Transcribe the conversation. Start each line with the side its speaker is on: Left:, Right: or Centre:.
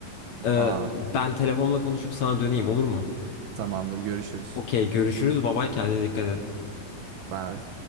Left: Ee,
Right: Aa
Left: ben telefonla konuşup sana döneyim olur mu?
Right: tamamdır görüşürüz.
Left: Okey görüşürüz. Babay kendine dikkat et.
Right: Bye.